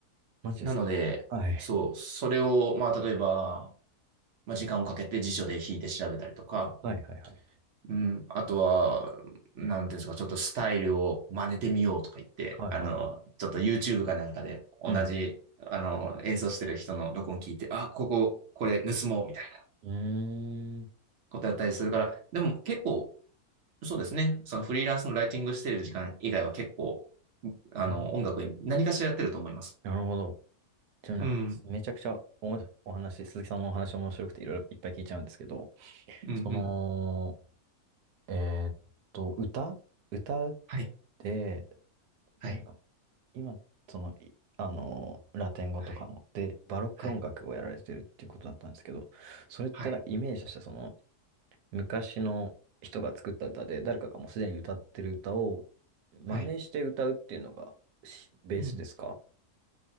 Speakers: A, on the right; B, on the right.
A: マジですか。
B: なので、
A: はい。
B: そう、それを、まあ、例えば、まあ、時間をかけて辞書で引いて調べたりとか、
A: はいはいはい。
B: うん、あとは、なんていうんですか、ちょっとスタイルを真似てみようとか言って、
A: はいはいは
B: あの、ちょっと YouTube かなんかで同じ、
A: い。うん。
B: あの、演奏してる人の録音聞いて、あ、ここ、これ盗もうみたいな
A: うーん。
B: ことやったりするから、でも結構そうですね。そのフリーランスのライティングしている時間以外は結構、あの、
A: うん。
B: 音楽に何かしらやってると思います。
A: なるほど。ちなみになんか、
B: うん。
A: めちゃくちゃおお話、鈴木さんのお話面白くていろいろいっぱい聞いちゃうんですけど、
B: うん、
A: その、
B: うん。
A: えーっと、歌歌
B: はい。
A: で、
B: はい。
A: なんだ、今、その、いあの、ラテン語とかの、
B: はい。
A: で、バロック音楽をやられてるっていうことだったんですけど、
B: はい。
A: それってなんかイメージとしては、
B: はい。
A: その、昔の人が作った歌で、誰かがもうすでに歌ってる歌を真似して歌うっていうのがしベースですか
B: はい。うん。